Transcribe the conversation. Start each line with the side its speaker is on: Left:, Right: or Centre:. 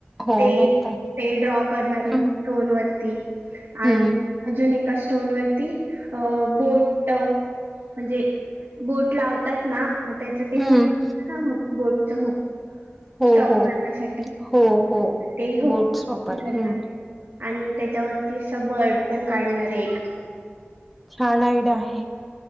Centre: हो
Right: ते
Centre: माहित आहे.
Right: ते ड्रॉ करणार
Centre: हम्म
Right: स्टोन वरती आणि,
Centre: हम्म.
Right: अजून एका स्टोन वरती अ बोट. म्हणजे बोट लावतात ना, मग त्याचं ते
Centre: हम्म.
Right: हुक बोटच हुक.
Centre: हो
Right: स्टॉप
Centre: हो
Right: करण्यासाठी
Centre: हो हो
Right: ते हुक
Centre: बोट्स वापर
Right: उघडतात.
Centre: हम्म
Right: आणि त्याच्यावरती असं बर्ड पण काढणारे एक.
Centre: छान आयडिया आहे